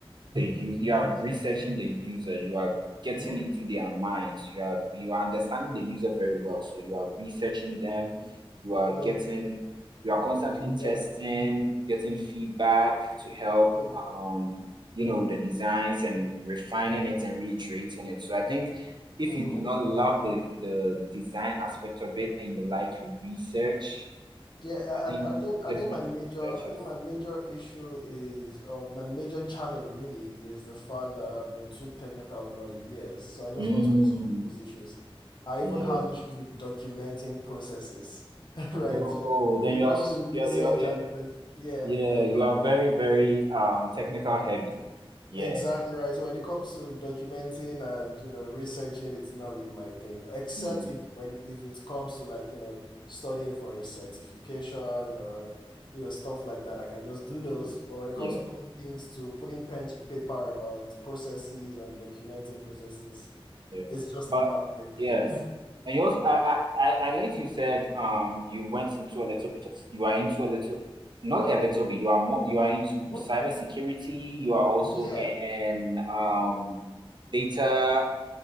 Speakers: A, on the right; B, on the left.
A: the use you are researching the user you are getting
B: Mm-hmm.
A: into their minds you are you are understanding the user very well so you are researching them you are
B: Mm-hmm.
A: getting you are constantly testing
B: Yeah.
A: getting feedback to help
B: Yeah.
A: um you know the designs and refining it and reiterating it so i think if
B: Mm-hmm.
A: you do not love the the design aspect of it and you like research
B: Yeah, I,
A: i think
B: I I think
A: user
B: I think
A: experience
B: my major
A: research
B: I
A: is
B: think my major issue is or my major challenge really is the fact that I've been too technical over the years. So I just
A: Mm,
B: want to resolve those issues. I
A: yeah
B: even have issues with documenting processes, <laughs>
A: Oh,
B: right? So
A: then
B: when it
A: you are
B: comes
A: s-
B: to
A: you
B: research
A: are, you are, you
B: and
A: are-
B: doc, yeah,
A: yeah,
B: when
A: you
B: it
A: are very, very um technical heavy. Yeah.
B: Exactly right. So when it comes to documenting and you know researching, it's not really my thing. Except
A: Mhm.
B: if when if it comes to like you know studying for a certification or you know stuff like that, I can just do those. But when it
A: Yeah,
B: comes to putting things to putting pen to paper about processes and documenting processes,
A: yes.
B: it's just
A: But
B: not my thing.
A: yes.
B: <laughs>
A: And you also I, I I I liked you said um you went into a little bit of you are into a little not a little bit, you are more you are into
B: Mhm.
A: cybersecurity, you are also
B: Yeah.
A: in um data